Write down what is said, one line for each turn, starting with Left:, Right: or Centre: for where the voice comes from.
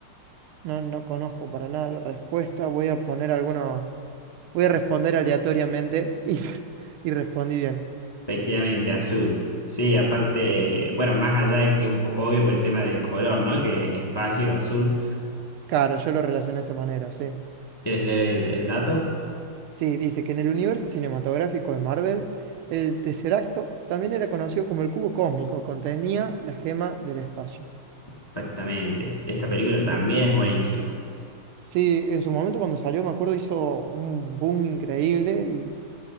Right: no, no conozco para nada la respuesta, voy a poner alguna, voy a responder aleatoriamente y, <laughs> y respondí bien.
Left: Efectivamente, azul. Sí, aparte, bueno, más allá de que es un poco obvio por el tema del color, ¿no? Que espacio, azul.
Right: Claro, yo lo relacioné de esa manera, sí.
Left: ¿Quieres leer el, el dato?
Right: Sí, dice que en el universo cinematográfico de Marvel, el Tesseracto también era conocido como el cubo cósmico, contenía la gema del espacio.
Left: Exactamente. Esta película
Right: Mire.
Left: también es buenísima.
Right: Sí, en su momento cuando salió, me acuerdo, hizo un boom increíble, y...